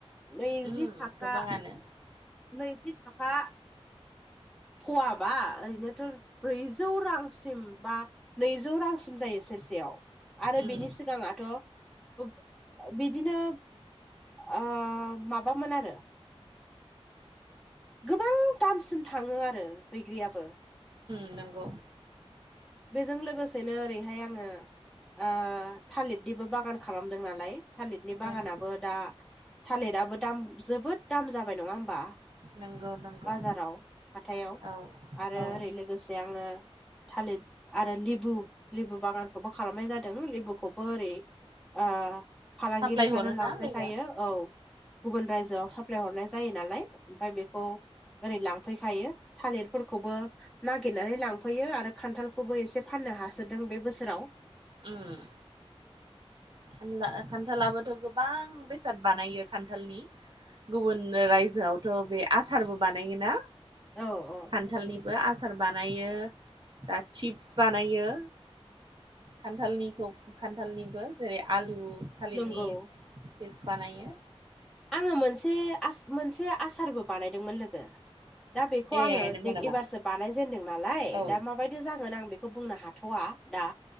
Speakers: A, in the centre; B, on the right.
A: नैजि
B: उम
A: थाखा
B: गोबाङानो
A: नैजि थाखा फवाबा ओरैनोथ' ब्रैजौ रांसिम बा नैजौ रांसिम जायो सेरसेयाव आरो
B: उम
A: बेनि सिगाङाथ' उब बिदिनो ओ माबामोन आरो गोबां दामसिम थाङो आरो बैग्रियाबो
B: नोंगौ
A: बेजों लोगोसेनो ओरैहाय आङो ओ थालिरनिबो बागान खालामदों नालाय थालिरनि बागानाबो
B: ओं
A: दा थालिराबो दाम जोबोद दाम जाबाय नङा होमबा
B: नंगौ नंगौ
A: बाजाराव हाथथायाव
B: औ
A: आरो
B: औ
A: ओरै लोगोसे जे आङो थालिर आरो लेबु लेबु बागानखौबो खालामनाय जादों लेबुखौबो ओरै ओ फालांगिरिफ्रानो
B: साप्लाय हरोना
A: लांफैखायो
B: लोगो
A: औ गुबुन रायजोआव साप्लाय हरनाय जायो नालाय ओमफफ्राय बेखौ ओरै लांफैखायो थालिरफोरखौबो नागिरनानै लांफैयो आरो खान्थाल खौबो एसे फाननो हासोदों बे बोसोराव
B: उम खनला खान्थालाबोथ' गोबां बेसाद बानायो खान्थालनि गुबुन रायजोआवथ' बे आसारबो बानायोना?
A: औ औ
B: खान्थालनिबो आसार बानायो दा चिप्स बानायो खान्थालनिखौ खान्थालनिबो जेरै आलु थालिरनि
A: नंगौ
B: सिप्स बानायो।
A: आङो मोनसे मोनसे आसारबो बानायदोंमोन लोगो। दा बेखौ
B: ए
A: आङो
B: नंगौ नामा
A: एबारसो बानायजेनदों नालाय
B: औ
A: दा माबायदि जागोन आं बेखौ बुंनो हाथ थ'वआ दा